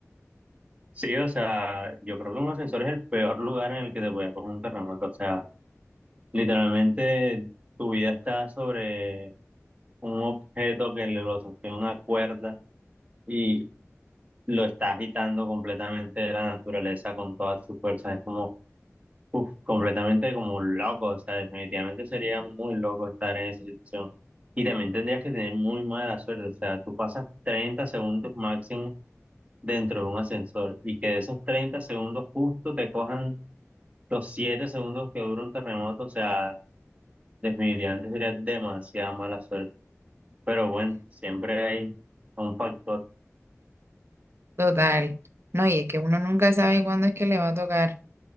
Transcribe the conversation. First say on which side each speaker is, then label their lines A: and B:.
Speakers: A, on the right; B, on the right.
A: Sí, o sea, yo creo que un ascensor es el peor lugar en el que te puede coger un terremoto, o sea, literalmente tu vida está sobre un objeto que lo sostiene una cuerda. Y lo está agitando completamente de la naturaleza con todas sus fuerzas. Es como, uf, completamente como un loco. O sea, definitivamente sería muy loco estar en esa situación. Y también tendrías que tener muy mala suerte. O sea, tú pasas 30 segundos máximo dentro de un ascensor y que de esos 30 segundos justo te cojan los 7 segundos que dura un terremoto. O sea, definitivamente sería demasiada mala suerte. Pero bueno, siempre hay un factor.
B: Total. No, y es que uno nunca sabe cuándo es que le va a tocar.